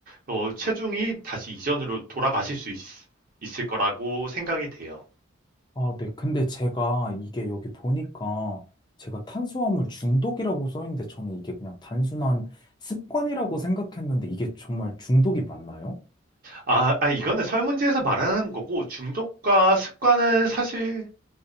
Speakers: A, on the right; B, on the left.
A: 어, 체중이 다시 이전으로 돌아가실 수 있, 있을 거라고 생각이 돼요.
B: 아, 네. 근데 제가 이게 여기 보니까 제가 탄수화물 중독이라고 써 있는데 저는 이게 그냥 단순한 습관이라고 생각했는데 이게 정말 중독이 맞나요?
A: 아, 아, 이거는 설문지에서 말하는 거고 중독과 습관은 사실